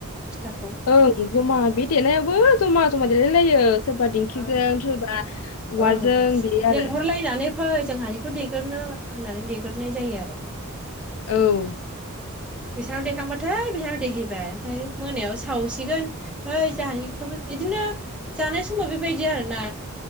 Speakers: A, in the centre; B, on the left.
A: फिथाखौ
B: ओ बिगोमा बे देलायाबो जमा जमा देलायलाय लायो सोरबा दिंखिजों
A: ओं
B: सोरबा उालजों
A: ओं
B: बेयो
A: लेंहरलायनानै
B: आरो
A: फै जोंहानिखौ देगोरनो होननानै देगोरनाय जायो आरो।
B: औ।
A: बेसानाव देखांबाथाय बिसिनाव देहैबाय ओमफाय मोनायाव सावसिगोन ओमफाय जोंहानिखौबो इदिनो जानाय समाव बेबायदि आरोना।